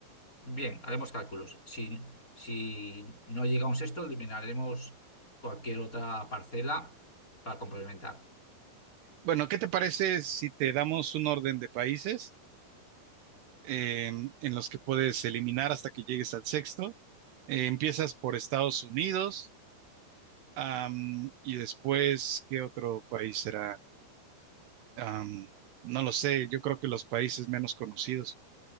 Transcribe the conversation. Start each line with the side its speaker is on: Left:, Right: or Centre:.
Left: Bien, haremos cálculos. Si, si no llega a un sexto, eliminaremos cualquier otra parcela para complementar.
Right: Bueno, ¿qué te parece si te damos un orden de países eh, en los que puedes eliminar hasta que llegues al sexto? Eh, empiezas por Estados Unidos, am, y después, ¿qué otro país será? Am, no lo sé, yo creo que los países menos conocidos.